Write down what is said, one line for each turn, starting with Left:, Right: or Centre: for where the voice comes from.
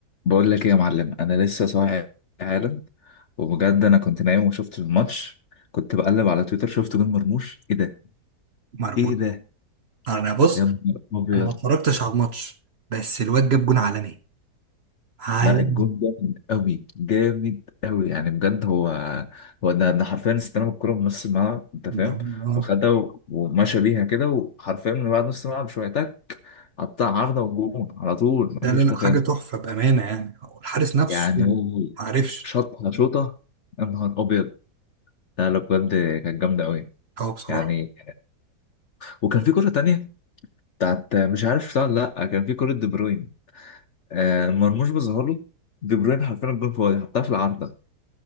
Left: بقول لك ايه يا معلم انا لسه صاحي حالا وبجد انا كنت نايم وشفت الماتش كنت بقلب على تويتر شفت جون مرموش ايه ده
Right: مرموش
Left: ايه ده
Right: انا بص
Left: يا نهار ابيض
Right: انا ما اتفرجتش على الماتش بس الواد جاب جون عالمي عالمي
Left: لا الجون جامد قوي جامد قوي يعني بجد هو هو ده ده حرفيا استلم الكرة من نص الملعب انت فاهم
Right: آه.
Left: وخدها و- ومشى بيها كده وحرفيا من بعد نص الملعب شويه تك قطع عارضه وجون على طول
Right: لا
Left: مفيش
Right: لا لا
Left: تفاهم
Right: حاجه تحفه بامانه يعني هو الحارس نفسه
Left: يعني هو
Right: ما عرفش
Left: شاطها شوطه يا نهار ابيض لا لا بجد كانت جامده قوي
Right: هو بصراحه
Left: يعني وكان في كرة تانية بتاعت مش عارف شفتها ولا لا كان في كرة دي بروين آه مرموش بظهر له دي بروين حرفيا الجول فاضي حطها في العارضة